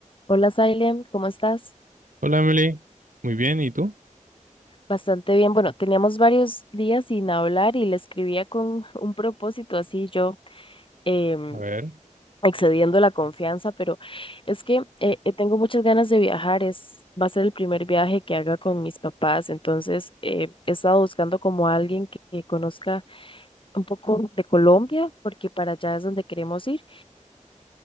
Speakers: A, on the left (about 40°); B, on the right (about 80°).
A: Hola, Sailem, ¿cómo estás?
B: Hola Emily, muy bien, ¿y tú?
A: Bastante bien. Bueno, teníamos varios días sin hablar y le escribía con <laughs> un propósito así yo em,
B: A ver.
A: excediendo la confianza, pero es que eh, eh, tengo muchas ganas de viajar. Es, va a ser el primer viaje que haga con mis papás, entonces eh, he estado buscando como a alguien que, que conozca un poco de Colombia, porque para allá es donde queremos ir.